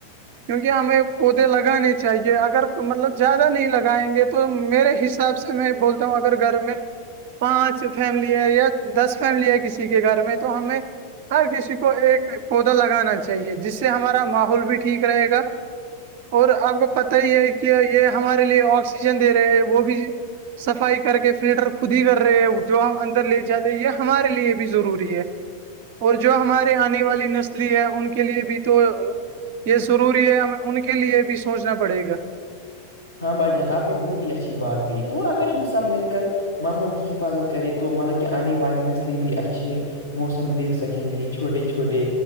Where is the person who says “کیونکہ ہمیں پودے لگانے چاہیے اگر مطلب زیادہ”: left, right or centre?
Right